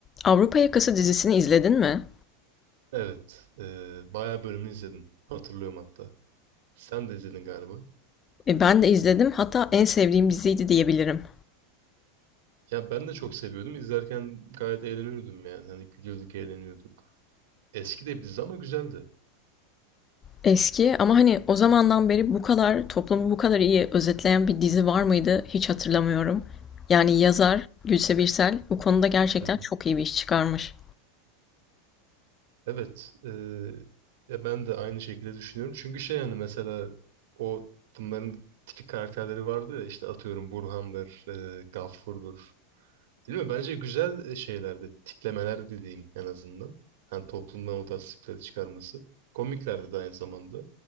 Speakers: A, on the left (about 25°); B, on the right (about 70°).
A: Avrupa Yakası dizisini izledin mi?
B: Evet. Ee, bayağı bölümünü izledim. Hatırlıyorum hatta. Sen de izledin galiba.
A: E, ben de izledim. Hatta en sevdiğim diziydi diyebilirim.
B: Ya ben de çok seviyordum. İzlerken gayet eğleniyordum yani. Hani gülüyorduk, eğleniyorduk. Eski de bir dizi ama güzeldi.
A: Eski ama hani o zamandan beri bu kadar toplumu bu kadar iyi özetleyen bir dizi var mıydı hiç hatırlamıyorum. Yani yazar Gülse Birsel bu konuda gerçekten
B: Hı hı.
A: çok iyi bir iş çıkarmış.
B: Evet. e, ya ben de aynı şekilde düşünüyorum. Çünkü şey hani mesela o bunların tipik karakterleri vardı ya işte atıyorum Burhan'dır, e, Gafur'dur. Değil mi? Bence güzel şeylerde, tiplemeler dediğim en azından. Hani toplumdan o tasdikleri çıkarması. Komiklerdi de aynı zamanda.